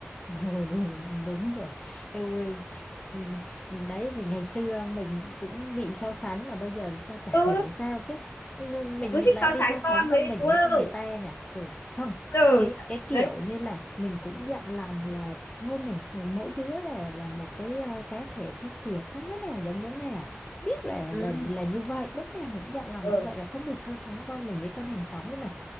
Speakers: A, on the left; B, on the left.
A: Ồ, <laughs> đúng rồi em ơi ừ, đấy thì ngày xưa mình cũng bị so sánh mà bây giờ sao chả
B: ừ
A: hiểu sao cái ừ, mình
B: cứ
A: mình
B: thích
A: lại
B: so
A: đi
B: sánh
A: so sánh
B: con
A: con
B: với
A: mình
B: đúng
A: với con
B: không
A: người ta nhỉ ừ không
B: ừ
A: cái cái kiểu
B: đấy
A: như là mình cũng dặn lòng là thôi mình mỗi đứa là là một cái ờ, cá thể khác biệt không đứa nào giống đứa nào biết là
B: ừ
A: là là như vậy lúc nào mình cũng dặn lòng
B: ừ
A: như vậy là không được so sánh con mình với con hàng xóm nhưng mà